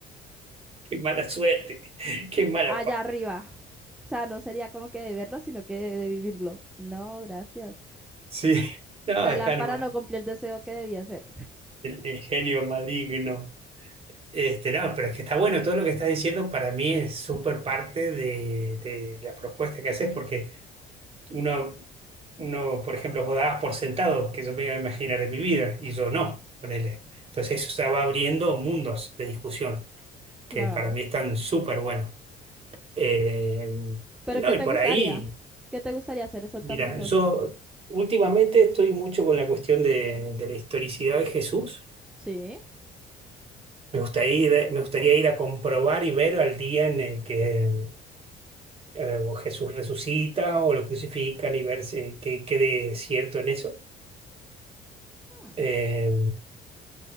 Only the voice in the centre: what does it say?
Allá
arriba. O sea, no sería como que de verlo, sino que de, de vivirlo. No, gracias.
La
lámpara
no cumplió el deseo que debía hacer.
Claro.
Pero
¿qué te
gustaría?
¿Qué te gustaría hacer exactamente?
O sea,
¿sí?
Hmm,